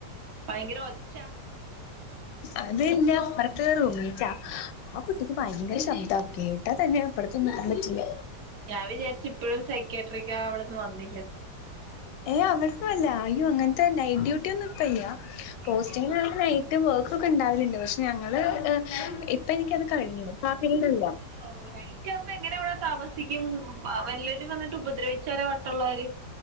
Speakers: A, on the right; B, on the left.
A: ഭയങ്കര ഒച്ച
B: അതന്നെ അപ്പറത്ത് റൂംമേറ്റാ ആ കുട്ടിക്ക് ഭയങ്കര ശബ്ദാ കേട്ടാ തന്നെ അപ്പറത്തൊന്നും നിക്കാൻ പറ്റില്ല
A: ഞാൻ വിചാരിച്ചു ഇപ്പോഴും സൈക്യാട്രിക്കാവ്ട്ന്ന് വന്നില്ലന്ന്
B: ഏ അങ്ങനെത ല്ല അയ്യോ അങ്ങനത്തെ നൈറ്റ് ഡ്യൂട്ടി ഒന്നും ഇപ്പല്ല പോസ്റ്റങ്ങ
A: ഇല്ലേ
B: നൈറ്റ് വർക്കൊക്കെ ഉണ്ടാവല്ണ്ട് പക്ഷെ ഞങ്ങള് എ ഇപ്പ എനിക്കത് കഴിഞ്ഞു ഇപ്പാ ഫീൽഡില്ല
A: ഓ നൈറ്റ് ആവുമ്പോ എങ്ങനെ അവിടെ താമസിക്കും വല്ലൊരും വന്ന് ഉപദ്രവിച്ചാലോ വട്ടുള്ളോര്